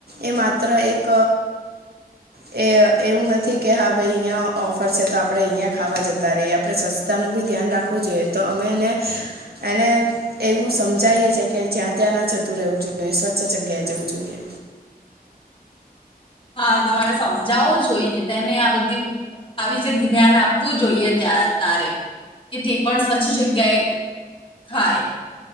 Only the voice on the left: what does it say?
હા તમારે સમજાવું જોઈએ તેને આ બધી. આવી વિશે જ્ઞાન આપવું જોઈએ ત્યાં તારે કે તે પણ સ્વચ્છ જગ્યાએ. થાય.